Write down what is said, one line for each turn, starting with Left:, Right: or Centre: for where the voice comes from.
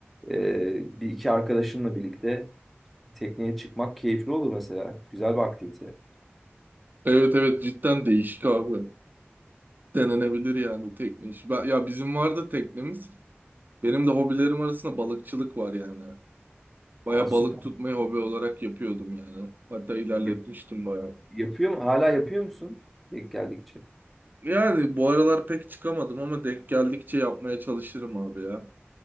Centre: e, bir iki arkadaşınla birlikte tekneye çıkmak keyifli olur mesela. Güzel bir aktivite.
Right: Evet evet cidden değişik abi. Denenebilir yani tekne işi. Ben, ya bizim vardı teknemiz. Benim de hobilerim arasında balıkçılık var yani. Baya
Centre: Aa, süper.
Right: balık tutmayı hobi olarak yapıyordum yani. Hatta ilerletmiştim
Centre: Yap-
Right: baya.
Centre: yapıyor mu? Hala yapıyor musun? Denk geldikçe.
Right: Yani bu aralar pek çıkamadım ama denk geldikçe yapmaya çalışırım abi ya.